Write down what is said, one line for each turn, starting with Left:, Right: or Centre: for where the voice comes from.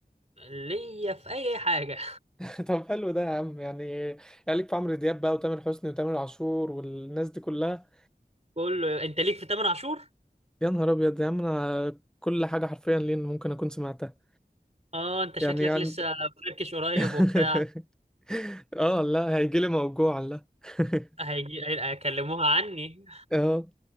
Right: ليا في أي حاجة
Centre: <laughs> طب حلو ده يا عم يعني يعني ليك في عمرو دياب بقى وتامر حسني وتامر عاشور والناس دي كلها
Right: <laughs> كله أنت ليك في تامر عاشور؟
Centre: يا نهار أبيض يا عم أنا كل حاجة حرفيا لين ممكن أكون سمعتها
Right: أه أنت شكلك
Centre: يعني عند
Right: لسه فركش قريب
Centre: <laughs>
Right: وبتاع
Centre: اه لا هيجيلي موجوع لا <laughs>
Right: هيجي هيكلموها عني
Centre: اه